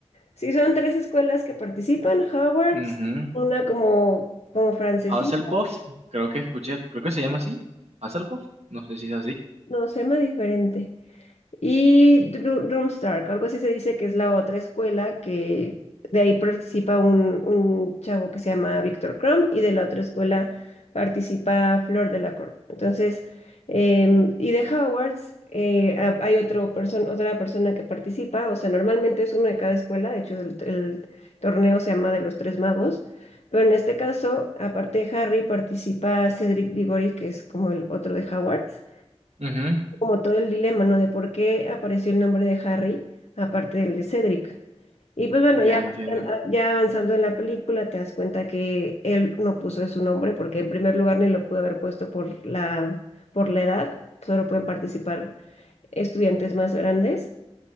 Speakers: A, on the left; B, on the right.
A: Sí, son tres escuelas que participan, Howard's,
B: mhm
A: una como, como francesita,
B: Hufflepuff, creo que escuché, creo que se llama así. Hufflepuff, no sé si es
A: no, se llama diferente. Y Dru- Drumstark, algo así se dice que es la otra escuela que de ahí participa un, un chavo que se llama Víctor Crumb y de la otra escuela participa Flor Delacour. Entonces, em, y de Hogwarts eh, ha- hay otro perso- otra persona que participa, o sea, normalmente es uno de cada escuela, de hecho el, el torneo se llama de los Tres Magos, pero en este caso, aparte de Harry, participa Cedric Diggory, que es como el otro de Hogwarts
B: así.
A: como todo el dilema, ¿no? De por qué apareció el nombre de Harry, aparte del de Cedric. Y pues bueno,
B: Ya
A: ya,
B: entiendo.
A: ya avanzando en la película, te das cuenta que él no puso su nombre, porque en primer lugar ni lo pudo haber puesto por la, por la edad, solo pueden participar estudiantes más grandes.